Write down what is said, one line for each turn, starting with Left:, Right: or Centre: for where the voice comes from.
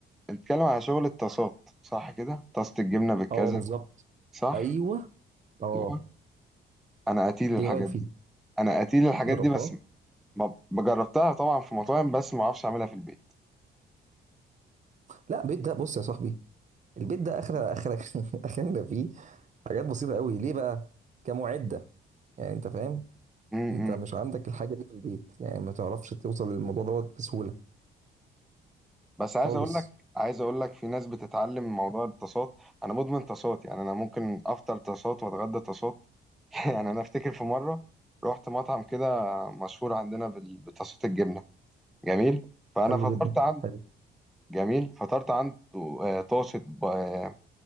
Centre: بتتكلم على شغل الطاسات صح كده طاسه الجبنه بالكذا
Right: اه بالظبط
Centre: صح
Right: ايوه اه
Centre: أيوه. انا قتيل الحاجات
Right: ايه رايك فيه
Centre: دي انا قتيل الحاجات
Right: جربتها
Centre: دي بس ما ما جربتها طبعا في مطاعم بس ما اعرفش اعملها في البيت
Right: لا البيت ده بص يا صاحبي البيت ده اخر اخر <laughs> اخرنا فيه حاجات بسيطه قوي ليه بقى كمعده يعني انت فاهم
Centre: امم
Right: انت مش عندك الحاجه دي في البيت يعني ما تعرفش توصل للموضوع دوت بسهوله
Centre: بس عايز
Right: خالص
Centre: اقول لك عايز اقول لك في ناس بتتعلم موضوع الطاسات انا مدمن طاسات يعني انا ممكن افطر طاسات واتغدى طاسات <laughs> يعني انا افتكر في مره رحت مطعم كده مشهور عندنا بال- بطاسات الجبنه جميل فانا
Right: حلو
Centre: فطرت
Right: جدا
Centre: عنده
Right: حلو
Centre: جميل فطرت عنده آه، طاسه ب- آه،